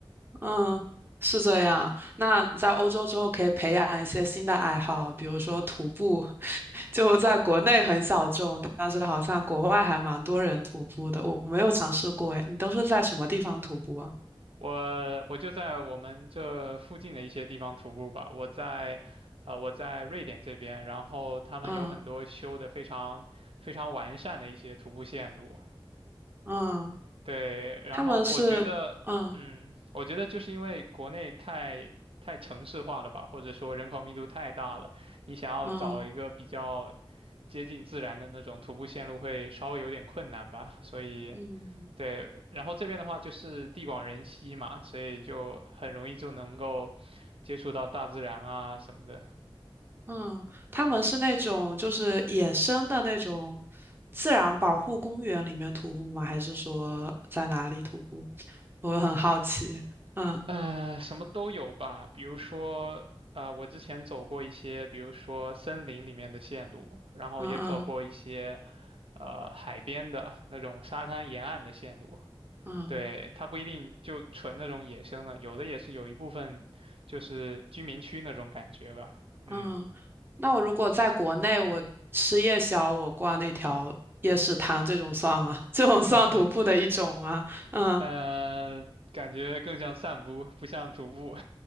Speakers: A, on the right; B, on the right.
A: 嗯，是这样。那在欧洲之后可以培养一些新的爱好，比如说徒步，<laughs> 就在国内很小众，但是好像国外还蛮多人徒步的。我没有尝试过，诶，你都是在什么地方徒步啊？
B: 我我就在我们这附近的一些地方徒步吧。我在，啊，我在瑞典这边，然后他们有很多修的非常非常完善的一些徒步线路。
A: 嗯嗯，
B: 对，然后我觉得，
A: 他们是嗯
B: 嗯，我觉得就是因为国内太太城市化了吧，或者说人口密度太大了，你想要找一个比较
A: 嗯
B: 接近自然的那种徒步线路会稍微有点困难吧，所以。
A: 嗯。
B: 对，然后这边的话就是地广人稀嘛，所以就很容易就能够接触到大自然啊什么的，
A: 嗯，他们是那种就是野生的那种自然保护公园里面徒步吗？还是说在哪里徒步？我很好奇。嗯
B: 呃，什么都有吧。比如说，呃，我之前走过一些，比如说森林里面的线路，然后也走过一些
A: 嗯嗯
B: 呃海边的那种沙滩沿岸的线路。
A: 嗯
B: 对，它不一定就纯那种野生的，有的也是有一部分就是居民区那种感觉吧。嗯，
A: 嗯。那我如果在国内，我吃夜宵，我逛那条夜市摊，这种算吗？<laughs> 这种算徒步的一种吗？
B: <laughs>
A: 嗯。
B: 呃，感觉更像散步，不像徒步。